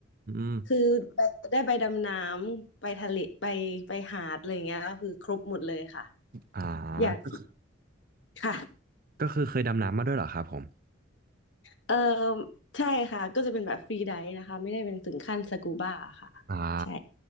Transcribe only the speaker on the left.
คือไปได้ไปดำน้ำไปทะเลไปไปหาดอะไรอย่างเงี้ยก็คือครบหมดเลยค่ะ
อยาก
ค่ะ
เออใช่ค่ะก็จะเป็นแบบฟรีไดฟ์นะคะไม่ได้เป็นถึงขั้นสกูบ้าค่ะ
ใช่